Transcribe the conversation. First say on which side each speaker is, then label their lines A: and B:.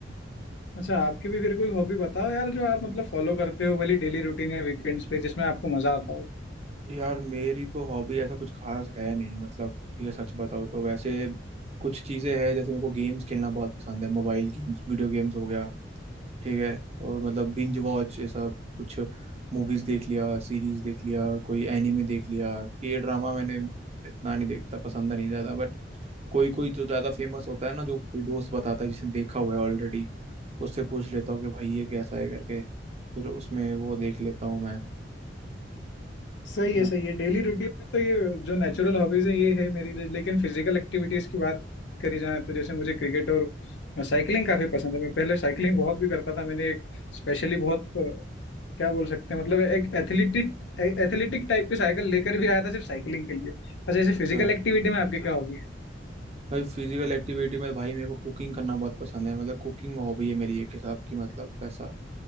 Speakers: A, on the left; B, on the right.
A: अच्छा आपकी भी फिर कोई हॉबी बताओ यार जो आप मतलब फॉलो करते हो भली डेली रूटीन या वीकेंड्स पे जिसमें आपको मजा आता हो
B: यार मेरी तो हॉबी ऐसा कुछ खास है नहीं मतलब ठीक है सच बताओ तो वैसे कुछ चीज़ें हैं जैसे मेरे को गेम्स खेलना बहुत पसंद है मोबाइल गेम्स वीडियो गेम्स हो गया ठीक है और मतलब बिंज वॉच ये सब कुछ मूवीज देख लिया सीरीज देख लिया कोई एनीमे देख लिया के ड्रामा मैंने इतना नहीं देखता पसंद नहीं ज़्यादा बट कोई कोई जो ज़्यादा फेमस होता है ना जो कोई दोस्त बताता है जिसने देखा हुआ है ऑलरेडी उससे पूछ लेता हूँ कि भाई ये कैसा है करके फिर उसमें वो देख लेता हूँ मैं
A: सही
B: है
A: है
B: ना
A: सही है डेली रूटीन में तो ये जो नेचुरल हॉबीज है ये है मेरी लेकिन फिजिकल एक्टिविटीज की बात करी जाए तो जैसे मुझे क्रिकेट और साइकिलिंग काफी पसंद है मैं पहले साइकिलिंग बहुत भी करता था मैंने एक स्पेशली बहुत अ, क्या बोल सकते हैं मतलब एक एथलेटिक एथलेटिक टाइप की साइकिल लेकर भी आया था सिर्फ साइकिलिंग के लिए अच्छा जैसे
B: अच्छा
A: फिजिकल एक्टिविटी में आपकी क्या हॉबी है?
B: भाई फिजिकल एक्टिविटी में भाई मेरे को कुकिंग करना बहुत पसंद है मतलब कुकिंग हॉबी है मेरी एक हिसाब की मतलब वैसा